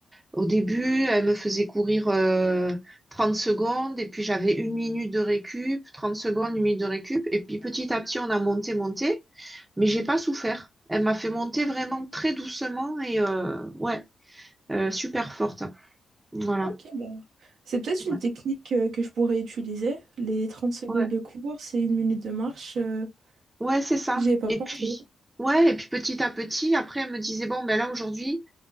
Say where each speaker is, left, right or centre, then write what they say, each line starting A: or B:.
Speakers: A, on the right; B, on the right.
A: au début, elle me faisait courir euh, 30 secondes et puis j'avais une minute de récup, 30 secondes, une minute de récup. Et puis petit à petit, on a monté, monté. Mais j'ai pas souffert. Elle m'a fait monter vraiment très doucement et euh, ouais, euh, super forte. Voilà.
B: Ok, bah, C'est peut-être une
A: Ouais.
B: technique euh, que je pourrais utiliser. Les trente secondes
A: Ouais,
B: de course et une minute de marche, euh,
A: ouais, c'est ça.
B: j'y ai pas
A: Et
B: pensé.
A: puis, ouais, et puis petit à petit, après, elle me disait, bon, ben là, aujourd'hui.